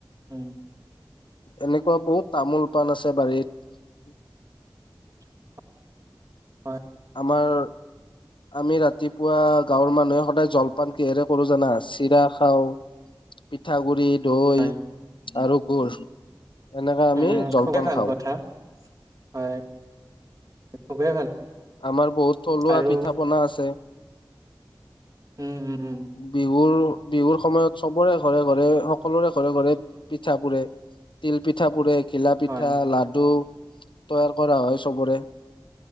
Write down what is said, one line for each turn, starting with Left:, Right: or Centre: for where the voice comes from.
Right: উম
Left: এনেকুৱা বহুত তামোল পাণ আছে বাৰীত।
Right: <unintelligible> হয়,
Left: আমাৰ আমি ৰাতিপুৱা গাঁৱৰ মানুহে সদায় জলপান কিহেৰে কৰো জানা চিৰা খাওঁ, পিঠাগুৰি, দৈ
Right: হয়,
Left: আৰু গুৰ। এনেকে আমি
Right: উম,
Left: জলপান
Right: খুবেই ভাল
Left: খাওঁ।
Right: কথা হয় খুবেই ভাল
Left: আমাৰ বহুত থলুৱা
Right: আৰু
Left: পিঠা পনা আছে।
Right: উম, উম, উম,
Left: বিহুৰ বিহুৰ সময়ত সবৰে ঘৰে ঘৰে সকলোৰে ঘৰে ঘৰে পিঠা পুৰে। তিল পিঠা পুৰে, ঘিলা পিঠা,
Right: হয়,
Left: লাডু তৈয়াৰ কৰা হয় চবৰে।